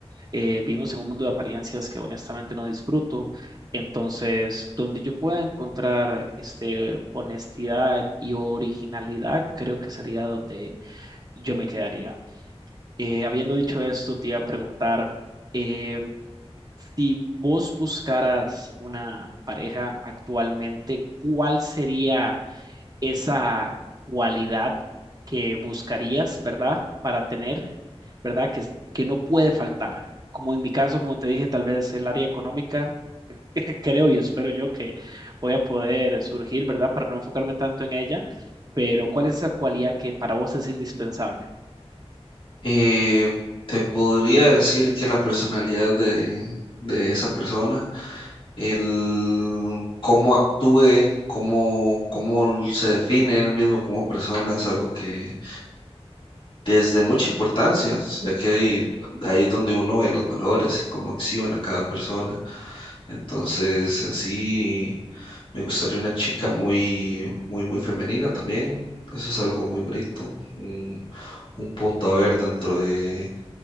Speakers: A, on the right; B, on the left.
A: Eh, vivimos en un mundo de apariencias que honestamente no disfruto. Entonces, donde yo pueda encontrar este, honestidad y originalidad, creo que sería donde yo me quedaría. Eh, habiendo dicho esto, te iba a preguntar, eh, si vos buscaras una pareja actualmente, ¿cuál sería esa cualidad que buscarías, ¿verdad? Para tener, ¿verdad? Que, es- que no puede faltar. Como en mi caso, como te dije, tal vez el área económica, <laughs> creo y espero yo que voy a poder surgir, ¿verdad? Para no enfocarme tanto en ella, pero ¿cuál es esa cualidad que para vos es indispensable?
B: Eh, te podría decir que la personalidad de, de esa persona el cómo actúe, cómo, cómo se define él mismo como persona es algo que, que es de mucha importancia, ya que ahí, ahí es donde uno ve los valores y cómo acciona cada persona. Entonces, en sí, me gustaría una chica muy, muy, muy femenina también. Eso es algo muy bonito, un, un punto a ver dentro de